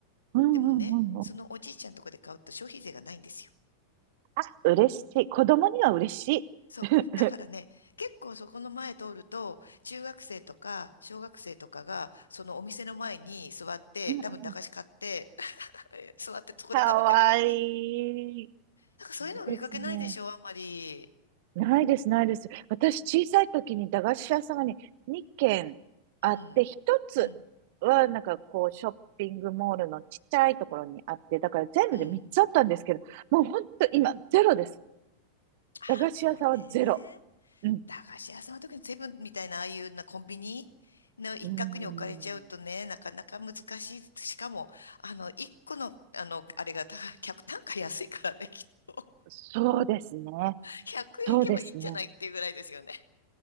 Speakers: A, on the right; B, on the left.
A: うんうんうんうん。
B: でもね、そのおじいちゃんとこで買うと消費税がないんですよ
A: あ、嬉しい。子供には嬉しい。
B: そう。
A: <laughs>
B: だからね、結構そこの前通ると、中学生とか小学生とかが、そのお店の前に座って、
A: うんうん。
B: 多分駄菓子買って、<laughs> 座ってそこで食べてるの。
A: <laughs> かわいい。い
B: なんかそういうのを見かけないでしょ、
A: いですね。
B: あんまり。
A: ないです、ないです。私、小さい時に駄菓子屋さんがね、2軒あって、
B: うん、
A: 1つは、
B: うん、
A: なんかこう、ショッピングモールのちっちゃいところにあって、だから全部で3つあったんですけど、
B: うん。
A: もうほんと今、ゼロです。
B: あそうね。
A: 駄菓子屋さんはゼロ。うん。
B: 駄菓子屋さんの時のセブンみたいな、ああいうなコンビニの一角に置かれちゃうとね、
A: うーん。
B: なかなか難しい。しかも、あの、一個の、あの、あれが、た客単価安いからね、きっと。
A: そうですね。
B: <laughs> 100円いけばいいんじゃないっていうぐらいですよね。
A: そうですね。